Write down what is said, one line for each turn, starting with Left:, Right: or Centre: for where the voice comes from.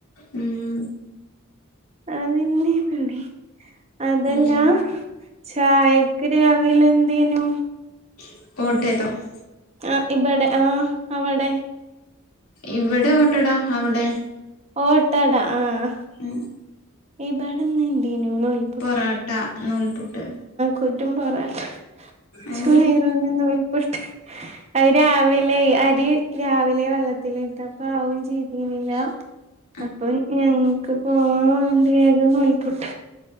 Left: ഉം
Right: അതെന്നെ പണി. അതല്ല,
Left: ഉം
Right: ചായക്ക് രാവില എന്തേനു?
Left: <unintelligible>
Right: ആ ഇബ്ടെ ആ അവടെ.
Left: ഇവിടെ ഓട്ടടാ. അവിടെ?
Right: ഓട്ടട ആഹ്.
Left: ഉം.
Right: ഇബട ന്ന് എന്തേനു <unintelligible>
Left: പൊറോട്ട, നൂൽപുട്ട്.
Right: പുട്ടും, പോറോട്ട. <unintelligible>
Left: ഉം
Right: നൂൽപുട്ട് അത് രാവിലെ അരി, രാവിലെ വെള്ളത്തിലിട്ടപ്പ ആവുന്ന്
Left: <inaudible>
Right: <unintelligible> അപ്പൊ ഞങ്ങക്ക് പോവാൻ വേണ്ടി വേഗം നൂൽപുട്ട്.